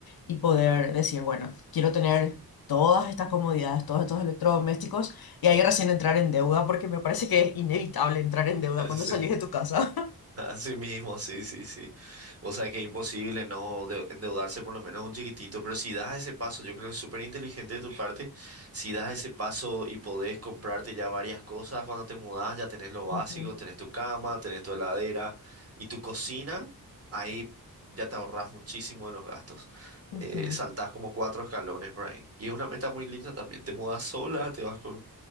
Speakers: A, on the left; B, on the right.
A: y poder
B: Claro.
A: decir, bueno, quiero tener todas estas comodidades, todos estos electrodomésticos y ahí recién entrar en deuda porque me parece que es inevitable entrar en deuda
B: <laughs>
A: cuando
B: Sí.
A: salís de tu casa.
B: Así mismo, sí, sí, sí. O sea que es imposible no de- endeudarse por lo menos un chiquitito, pero si das ese paso, yo creo que es súper inteligente de tu parte, si das ese paso y podés comprarte ya varias cosas cuando te mudás, ya tenés lo básico,
A: <laughs> Ujú,
B: tenés tu cama, tenés tu heladera y tu cocina, ahí ya te ahorrás muchísimo de los gastos.
A: ujú.
B: Eh, saltás como cuatro escalones por ahí. Y es una meta muy linda también. Te mudás sola, te vas con,